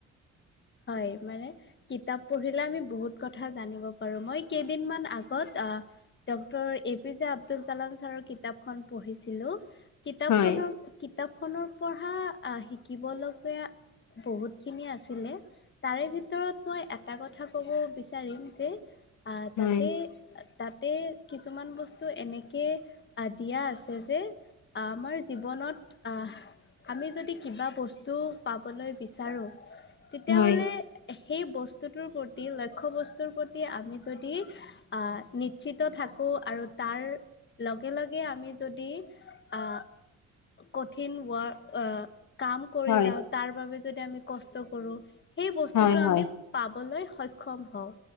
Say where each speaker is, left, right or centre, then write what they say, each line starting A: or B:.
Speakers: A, on the left (about 40°); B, on the left (about 75°).
A: হয় মানে কিতাপ পঢ়িলে আমি বহুত কথা জানিব পাৰো মই কেইদিনমান আগত Dr A P J Abdul Kalam sir কিতাপখন পঢ়িছিলো কিতাপ
B: হয়
A: খনৰ কিতাপ খনৰ পৰা শিকিবলগীয়া বহুতখিনি আছিলে তাৰে ভিতৰত মই এটা কথা কব বিচাৰিম যে আ
B: হয়
A: তাতে তাতে কিছুমান বস্তু এনেকৈ দিয়া আছে যে আমাৰ জীৱনত আ আমি যদি কিবা বস্তু পাবলৈ বিচাৰোঁ তেতিয়াহ'লে
B: হয়
A: সেই বস্তুটোৰ প্ৰতি লক্ষ্য বস্তুৰ প্ৰতি আমি যদি আ নিশ্চিত থাকোঁ আৰু তাৰ লগে লগে আমি যদি আ কঠিন ৱা কাম কৰি
B: হয়
A: যাওঁ তাৰ বাবে যদি আমি কষ্ট কৰোঁ সেই বস্তুতটো
B: হয় হয়
A: আমি পাম বলৈ সক্ষম হওঁ